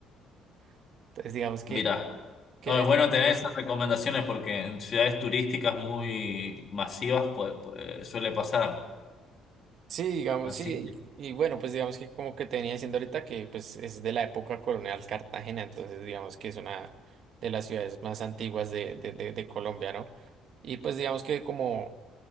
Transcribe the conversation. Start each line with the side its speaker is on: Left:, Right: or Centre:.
Right: <laughs> Entonces digamos que,
Left: mira,
Right: que
Left: no, es
Right: en
Left: bueno tener esas recomendaciones porque en ciudades turísticas muy masivas pues, pues, suele pasar.
Right: Sí, digamos,
Left: Así
Right: sí,
Left: que
Right: y, y bueno, pues digamos que como que te venía diciendo ahorita que pues es de la época colonial Cartagena, entonces digamos que es una de las ciudades más antiguas de, de, de, de Colombia, ¿no? Y pues digamos que como,